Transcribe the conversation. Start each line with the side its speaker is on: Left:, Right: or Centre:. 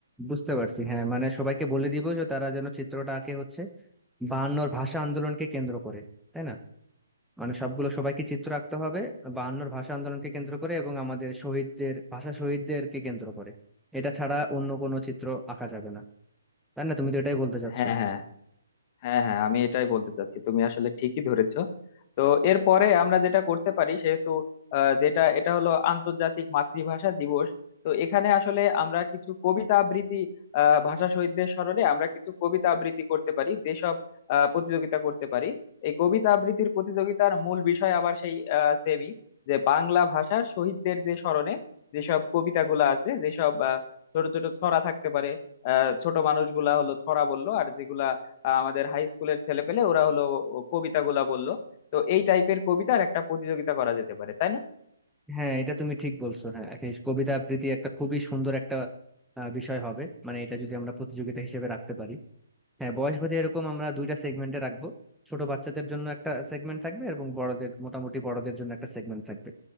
Centre: বুঝতে পারছি হ্যাঁ মানে সবাইকে বলে দিব যে তারা যেন চিত্রটা আঁকে হচ্ছে বায়ান্নর ভাষা আন্দোলনকে কেন্দ্র করে তাই না মানে সবগুলো সবাইকে চিত্র আঁকতে হবে বায়ান্নর ভাষা আন্দোলনকে কেন্দ্র করে এবং আমাদের শহীদদের ভাষা শহীদদেরকে কেন্দ্র করে এটা ছাড়া অন্য কোনো চিত্র আঁকা যাবে না তাই না তুমি তো এটাই বলতে চাচ্ছো
Left: হ্যাঁ হ্যাঁ হ্যাঁ হ্যাঁ আমি এটাই বলতে চাচ্ছি তুমি আসলে ঠিকই ধরেছো তো এরপরে আমরা যেটা করতে পারি সেহেতু আহ, যেটা এটা হলো আন্তর্জাতিক মাতৃভাষা দিবস তো এখানে আসলে আমরা কিছু কবিতা আবৃত্তি আহ ভাষা শহীদদের স্মরণে আমরা কিছু কবিতা আবৃত্তি করতে পারি যেসব আহ, প্রতিযোগিতা করতে পারি এই কবিতা আবৃত্তির প্রতিযোগিতার মূল বিষয় আবার সেই সেমি যে বাংলা ভাষার শহীদদের যে স্মরণে যেসব কবিতাগুলো আছে যেসব আহ, ছোট ছোট ছড়া থাকতে পারে আহ ছোট মানুষগুলা হলো ছড়া বললো আর যেগুলা আহ, আমাদের হাই স্কুলের ছেলে পেলে ওরা হলো কবিতাগুলা বললো তো এই টাইপের কবিতার একটা প্রতিযোগিতা করা যেতে পারে তাই না
Centre: হ্যাঁ এটা তুমি ঠিক বলছো হ্যাঁ একটা কবিতা আবৃত্তি একটা খুবই সুন্দর একটা আহ, বিষয় হবে মানে এটা যদি আমরা প্রতিযোগিতা হিসেবে রাখতে পারি হ্যাঁ বয়স ভেদে এরকম আমরা দুইটা সেগমেন্টে রাখবো ছোট বাচ্চাদের জন্য একটা সেগমেন্ট থাকবে এবং বড়দের মোটামুটি বড়দের জন্য একটা সেগমেন্ট থাকবে